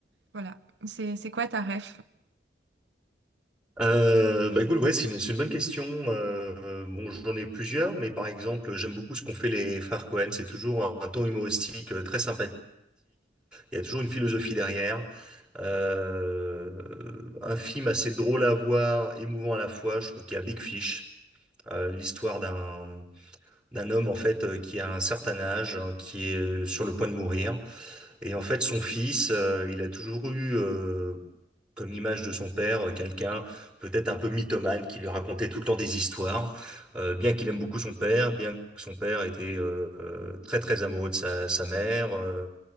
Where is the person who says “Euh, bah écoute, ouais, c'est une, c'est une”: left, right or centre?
Centre